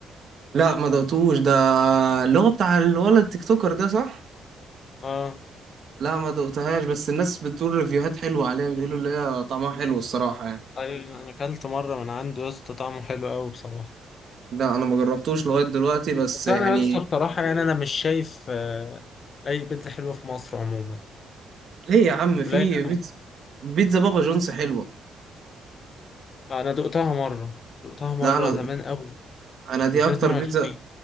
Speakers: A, on the right (about 55°); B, on the left (about 45°).
A: لا ما دقتوش ده اللي هو بتاع الولد تيك توكر ده صح
B: اه
A: لا ما دقتهاش بس الناس بتقول ريفيوهات حلوه عليها بيقولوا اللي هي طعمها حلو الصراحه يعني
B: ايوه انا اكلت مرة من عنده يا اسطى طعمه حلو قوي بصراحة
A: لا انا ما جربتوش لغايه دلوقتي بس
B: بس
A: يعني
B: انا يا اسطى بصراحة يعني انا مش شايف آه، اي بيتزا حلوه في مصر عموما
A: ليه يا عم في
B: قليل
A: بيتزا
B: قوي
A: بيتزا بابا جونز حلوه
B: انا دقتها مرة دقتها مرة
A: لا انا
B: زمان قوي
A: انا دي
B: 2022
A: اكتر بيتزا